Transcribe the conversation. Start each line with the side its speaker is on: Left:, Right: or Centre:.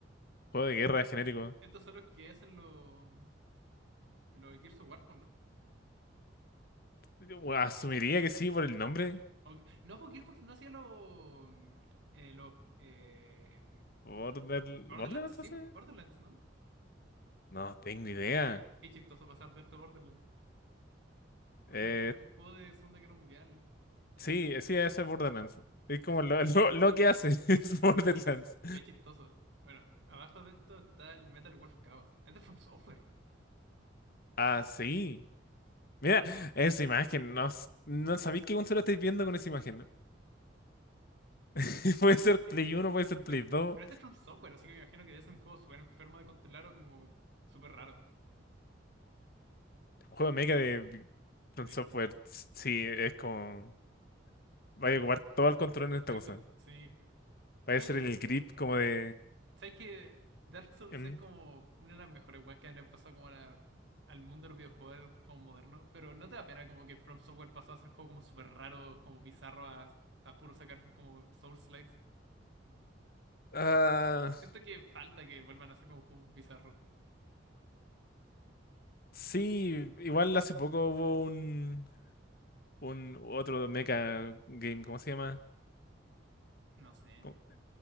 Left: juego de guerra genérico.
Right: Estos son los que hacen los los Gears of War, pues, ¿no?
Left: Yo Asumiría que sí por el nombre.
Right: O- no, pues Gearbox no hacía los eh, los eh,
Left: Border,
Right: Borderlands,
Left: ¿Borderlands
Right: sí,
Left: hace?
Right: pues, Borderlands, ¿no?
Left: No tengo idea.
Right: Qué, chi- qué chistoso pasar de esto a Borderlands. Bueno,
Left: Eh,
Right: un, ju- un juego de Segunda Guerra Mundial. eh,
Left: sí, sí, ese es Borderlands. Es como lo, <laughs> lo, lo que hace, <laughs> es Borderlands.
Right: bueno, qué chistoso. Bueno, abajo de esto está el Metal Wolf Chaos. Es de From Software.
Left: Ah, sí. Mira,
Right: ¿Aló?
Left: esa imagen, no, s- no sabía qué consola estáis viendo con esa imagen. <laughs>
Right: Sí,
Left: Puede ser Play uno, puede ser Play
Right: Pero,
Left: dos.
Right: pero este es de From Software, así que me imagino que debe ser un juego súper enfermo de controlar o como súper raro.
Left: Juego mega de
Right: De
Left: From
Right: me-
Left: Software,
Right: de-
Left: sí, es como. Vaya a ocupar todo el control en esta
Right: de-
Left: cosa.
Right: con- sí.
Left: Va
Right: Me-
Left: a ser el grip como de.
Right: ¿Sabes que Dark Souls
Left: em,
Right: es como una de las mejores weas que le han pasado como a la- al mundo de los videojuegos como moderno? Pero ¿no te da pena como que From Software pasó a ser juego como súper raro, como bizarro, a, a puro sacar como Souls-likes?
Left: Ah,
Right: Siento que falta que vuelvan a ser como juegos bizarros.
Left: sí, igual hace poco hubo un, un otro mecha game, ¿cómo se llama?
Right: No sé.
Left: ¿Cómo,